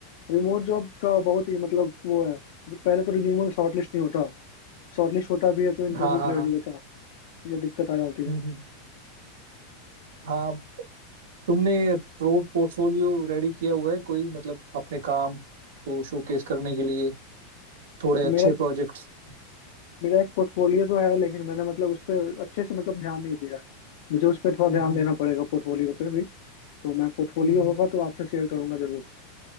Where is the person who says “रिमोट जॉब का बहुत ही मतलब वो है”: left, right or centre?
Left